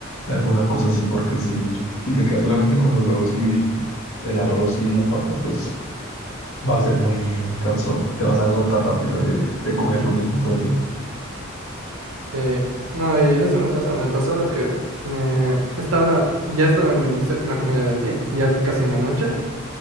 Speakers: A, on the left; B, on the right.
A: alguna cosa así, porque si, si te quedas solamente con los huevos y el arroz y la papa, pues va a ser muy cansón, te vas a agotar rápido de, de comer lo mismo todo el tiempo.
B: Sí, no, y eso me pasó, me pasó que eh, estaba, ya estaba en mi séptima comida del día, ya casi en la noche,